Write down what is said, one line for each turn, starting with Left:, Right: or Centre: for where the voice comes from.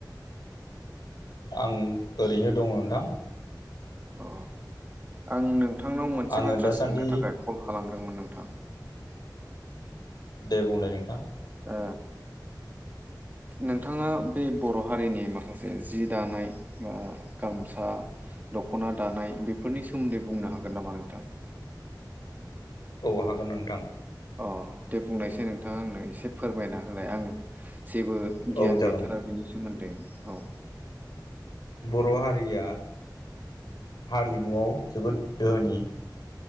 Left: आं ओरैनो दङ नोंथां।
Right: अ आं नोंथांनाव मोनसे
Left: आङो
Right: बाथ्रा
Left: दासान्दि
Right: सोंनो थाखाय कल खालामदोंमोन नोंथां।
Left: दे बुंलाय नोंथां।
Right: ओ नोंथाङा बे बर' हारिनि माखासे जि दानाय बा गामसा दख'ना दानाय बेफोरनि सोमोन्दै बुंनो हागोन नामा नोंथां।
Left: औ हागोन नोंथां।
Right: अ दे बुंनायसाय नोंथाङा आंनो एसे फोरमायना होनाय आं जेबो
Left: औ
Right: गियान
Left: जागोन
Right: गैथारा
Left: दे
Right: बेनि सोमोन्दै औ।
Left: बर' हारिया हारिमुआव जोबोद दोहोनि